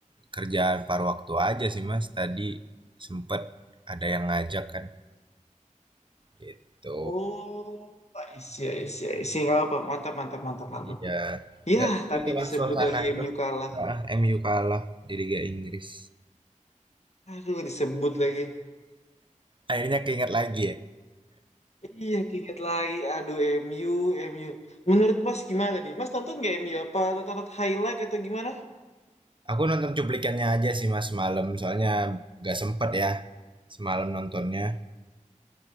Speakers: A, on the right; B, on the left.
A: kerjaan paruh waktu aja sih Mas. Tadi sempet ada yang ngajak kan Gitu.
B: Oh, isi, isi, isi. Gak apa, mantap, mantap, mantap, mantap.
A: Iya.
B: Yah,
A: Ya, tapi
B: tadi
A: itulah
B: disebut
A: suasana
B: lagi
A: itu.
B: MU kalah.
A: Heeh, MU kalah di Liga Inggris.
B: Aduh, disebut lagi.
A: Akhirnya keinget lagi ya.
B: Iya, keinget lagi. Aduh, MU, MU. Menurut Mas gimana tadi Mas nonton nggak MU? Apa tonton highlight atau gimana?
A: Aku nonton cuplikannya aja sih mas semalam, soalnya gak sempet ya semalam nontonnya.